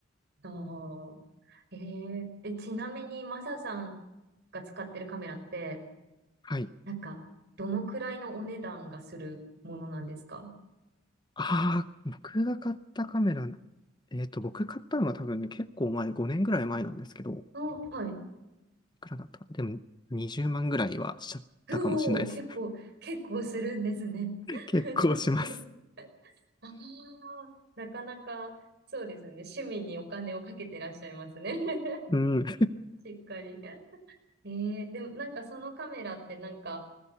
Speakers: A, on the right; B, on the left.
A: ああ。えええ、ちなみに、マサさんが使ってるカメラって、
B: はい。
A: なんか、どのくらいのお値段がするものなんですか
B: ああ、僕が買ったカメラ、えっと、僕買ったのは多分ね、結構前、5年ぐらい前なんですけど、
A: お、はい。
B: いくらだったかなでも、20万ぐらいはしちゃったかもしれないです。
A: うおー、結構、結構するんですね。
B: <laughs> 結構します。
A: <laughs> ああ、なかなか、そうですね。趣味にお金をかけてらっしゃいますね。
B: うん。
A: <laughs> しっかり。ええでもなんかそのカメラってなんか、